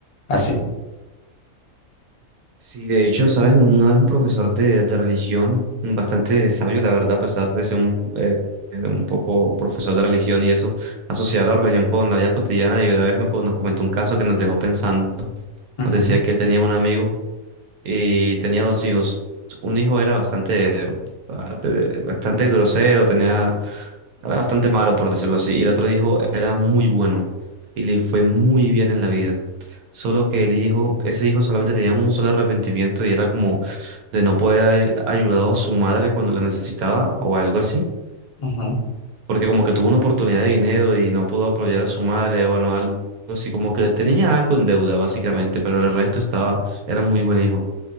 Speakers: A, on the left; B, on the right.
A: así.
B: Sí, de hecho, ¿sabes? Una vez un profesor de, de religión, bastante sabio, la verdad, a pesar de ser un, eh, un poco profesor de religión y eso, asociaba la religión con la vida cotidiana y una vez me, co- nos comentó un caso que nos dejó pensando.
A: Ujú,
B: Nos decía que él tenía un amigo. y tenía dos hijos. Un hijo era bastante, ah, te- bastante grosero, tenía, era bastante malo, por decirlo así, y el otro hijo era muy bueno y le fue muy bien en la vida. Solo que el hijo, ese hijo solamente tenía un solo arrepentimiento y era como de no poder haber ayudado a su madre cuando la necesitaba o algo así.
A: ujú.
B: Porque como que tuvo una oportunidad de dinero y no pudo apoyar a su madre o bueno, algo así, como que tenía algo en deuda básicamente, pero el resto estaba, era muy buen hijo